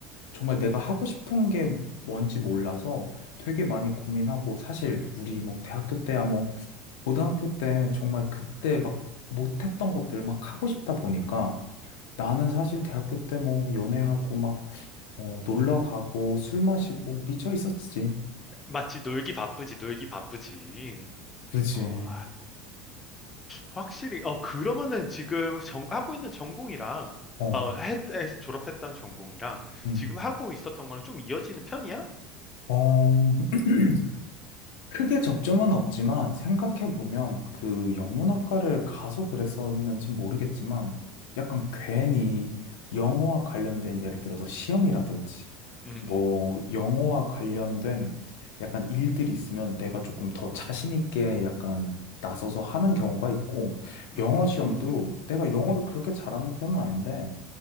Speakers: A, on the left; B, on the left.
A: 정말 내가 하고
B: 음.
A: 싶은 게 뭔지 몰라서 되게 많이 고민하고 사실 우리 뭐 대학교 때야 뭐 고등학교 때 정말 그때 막 못했던 것들 막 하고 싶다 보니까 나는 사실 대학교 때 뭐 연애하고 막 어, 놀러 가고 술 마시고 미쳐 있었지.
B: 맞지, 놀기 바쁘지, 놀기 바쁘지.
A: 그지.
B: 어, 확실히, 어, 그러면은 지금 정, 하고 있는 전공이랑,
A: 어,
B: 어, 했, 했- 졸업했던 전공이랑
A: 응.
B: 지금 하고 있었던 거랑 좀 이어지는 편이야?
A: 어, <clears throat> 크게 접점은 없지만 생각해보면
B: 음,
A: 그 영문학과를 가서 그랬었는지 모르겠지만 약간 괜히 영어와 관련된 예를 들어서 시험이라든지
B: 음,
A: 뭐
B: 음, 음.
A: 영어와 관련된 약간 일들이 있으면 내가 조금 더 자신 있게 약간 나서서 하는 경우가 있고
B: 음,
A: 영어 시험도 내가 영어를
B: 음.
A: 그렇게 잘하는 편은 아닌데